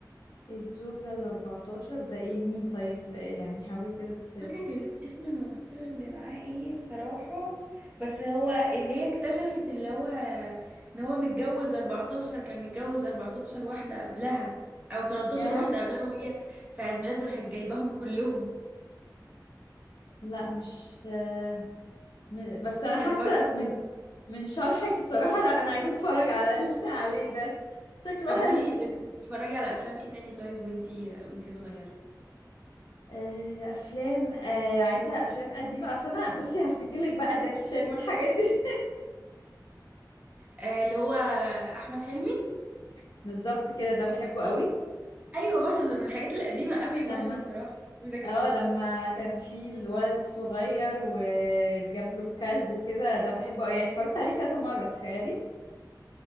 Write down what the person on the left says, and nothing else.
الزوجة ال 14 ده ايه مين طيب آه، يعني حاولي كده ت...
ياه
لا مش آه، م- بس انا
حاسة
من من شرحك الصراحة لا انا عايزة اتفرج على ال- <laughs> عليه ده شكله
حلو
آه، افلام آه، عايزه افلام قديمه اصل انا بصي هفتكر لك بقى زكي شان والحاجات دي
<laughs> بالظبط كده ده بحبه قوي
لما
اه لما كان في الولد الصغير وجاب له الكلب وكده ده بحبه قوي يعني اتفرجت عليه كذا مره تخيلي